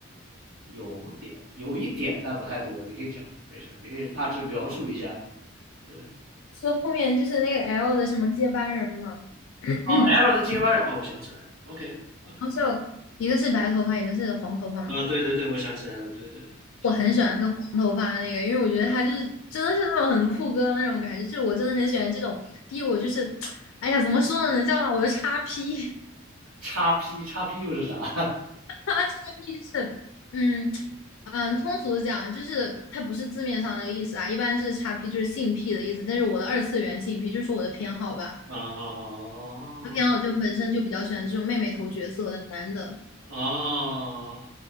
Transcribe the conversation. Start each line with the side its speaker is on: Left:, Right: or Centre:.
Right: 有点有一点，但不太多，你可以讲，没事儿，你可以大致描述一下。对，
Left: 是后面就是那个 L 的什么接班人嘛，
Right: 哦，L
Left: <clears throat>
Right: 的 G
Left: 然
Right: Y，哦，我想起来了，OK OK，
Left: 后就一个是白头发，一个是黄头发嘛。
Right: 啊，对对对，我想起来了，对对对，想。
Left: 我很喜欢那个黄头发的那个，因为我觉得他就是真的是那种很酷哥的那种感觉，就是我真的很喜欢这种。第一，我就是，<tsk> 哎呀，怎么说呢，能叫上我的叉 P。
Right: 叉 P 叉 P 又是啥？<laughs>
Left: 他叉 P 就是，嗯嗯，通俗的讲，就是它不是字面上那个意思啊，一般就是叉 P 就是性癖的意思，但是我的二次元性癖就是说我的偏好吧，
Right: 哦
Left: 我的偏好就本身就比较喜欢这种妹妹头角色的男的，
Right: 哦哦